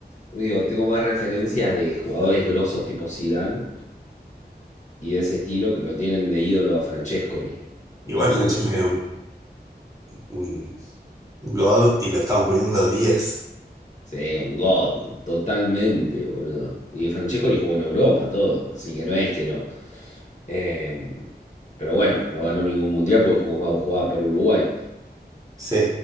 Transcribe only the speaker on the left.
digo, tengo más referencias de jugadores grosos tipo Zidane y de ese estilo que lo tienen de ídolo a Francescoli. No
tengo
Sí, un god, totalmente, boludo. Y Francesco le jugó en Europa, todo, así que no es que no. Eh, pero bueno, no ganó ningún mundial porque jugaba, jugaba por Uruguay.